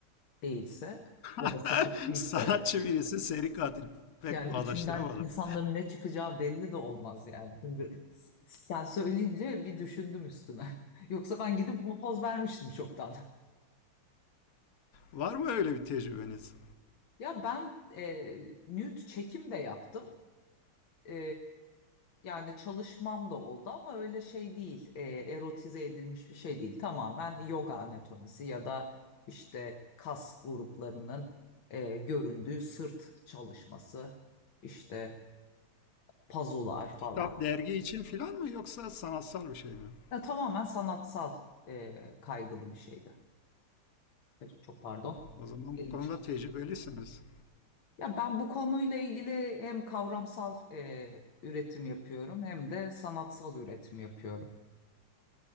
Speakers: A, on the left; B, on the left.
A: değilse ya
B: <laughs>
A: da sapık değilse.
B: Sanatçı birisi seri katil. Pek
A: Yani
B: bağdaştıramadım.
A: içimden insanların ne çıkacağı belli de olmaz yani. Şimdi s- sen söyleyince bir düşündüm üstüne. <laughs> Yoksa ben gidip bu poz vermiştim çoktan.
B: Var mı öyle bir tecrübeniz?
A: Ya ben e, nude çekim de yaptım. E, yani çalışmam da oldu ama öyle şey değil. E, erotize edilmiş bir şey değil. Tamamen yoga anatomisi ya da işte kas gruplarının e, göründüğü sırt çalışması, işte pazular falan.
B: Kitap, dergi için filan mı yoksa sanatsal bir şey mi?
A: Ya tamamen sanatsal e, kaygılı bir şeydi. Ay, Çok pardon.
B: O zaman
A: Elim
B: bu konuda
A: çarptı.
B: tecrübelisiniz.
A: Ya ben bu konuyla ilgili hem kavramsal e, üretim yapıyorum hem de sanatsal üretim yapıyorum.